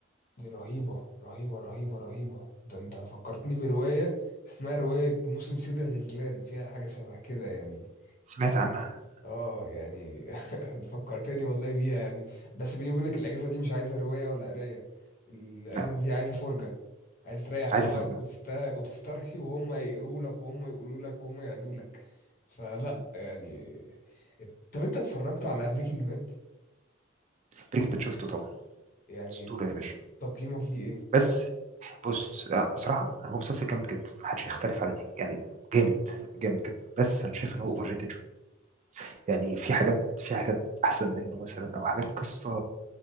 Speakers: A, on the left (about 45°); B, on the right (about 35°).
A: دي رهيبة رهيبة رهيبة رهيبة ده انت فكرتني
B: مم.
A: برواية اسمها رواية موسم صيد الغزلان فيها حاجة شبه كده يعني
B: سمعت عنها
A: اه يعني <laughs> فكرتني والله بيها يعني بس بيني وبينك الأجازة دي مش عايزة رواية ولا قراية الأجازة
B: لا
A: دي عايزة فرجة عايز تريح دماغك
B: عايز افرجها
A: وتست... وتسترخي وهم يقروا لك وهم يقولوا لك وهم يعدوا لك فلا
B: مم.
A: يعني
B: مم.
A: طب انت اتفرجت على بريكنج باد
B: بريك بيت شفته طبعا
A: يعني
B: اسطوره يا باشا
A: تقييمك ليه ايه؟
B: بس بص لا، بصراحه هو مسلسل جامد جدا محدش يختلف على دي يعني جامد جامد جدا بس انا شايف ان هو اوفر ريتد شويه يعني في حاجات في حاجات احسن منه مثلا او حاجات قصه